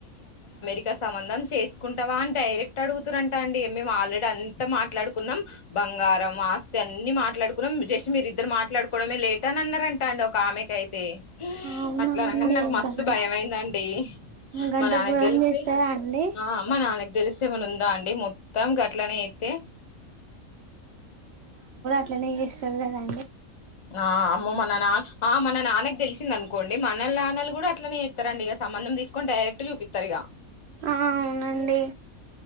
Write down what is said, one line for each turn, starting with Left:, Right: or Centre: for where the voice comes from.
Left: ఇక సంబంధం చేసుకుంటావా అని డైరెక్ట్ అడుగుతురుంట అండి మేము ఆల్రెడి అన్ అంత మాట్లాడుకున్నాం బంగారం ఆస్తి అన్ని మాట్లాడుకున్నాం జస్ మీరు ఇద్దరు మాట్లాడుకోవడమే లేట్ అని అన్నారంట అండి ఓకామెకయితే ఇహ్
Right: అవునా
Left: అట్లా అనంగానే
Right: అండి
Left: నాకు మస్తు
Right: గంత
Left: భయం అయిందండి
Right: గంత
Left: మా నాన్నకి
Right: ఘోరం
Left: తెలిసి
Right: చేస్తారా అండి
Left: ఆ మా నాన్నకి తెలిసి ఏమన్నా ఉందా అండి మొం త్తం గట్లనే అయితే
Right: ఇట్లనే చేస్తరు కదా
Left: ఆ అమ్మో మ నా నా ఆ మన నాన్నకి తెలిసిందనుకో కోండి మన నాన్నలు కూడా అలానే చేస్తారండి ఇక సంబంధ తీకొని డైరెక్ట్ చూపిత్తరు ఇగ
Right: ఆ అవునండి